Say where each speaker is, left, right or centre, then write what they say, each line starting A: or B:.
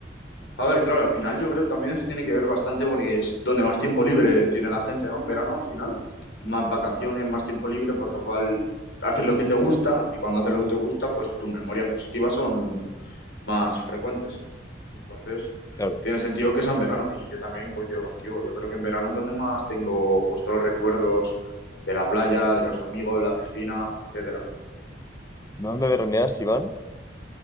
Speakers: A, on the left (about 70°); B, on the left (about 20°).
A: A ver, claro, al final yo creo que también eso tiene que ver bastante porque es donde más tiempo libre tiene la gente, ¿no? En verano, al final, más vacaciones, más tiempo libre, por lo cual haces lo que te gusta y cuando haces lo que te gusta, pues tus memorias positivas son más frecuentes. Entonces,
B: Claro.
A: tiene sentido que sea en verano y yo también coincido contigo. Yo creo que en verano es donde más tengo pues todos los recuerdos de la playa, de los amigos, la piscina, etcétera.
B: ¿Dónde veraneas, Iván?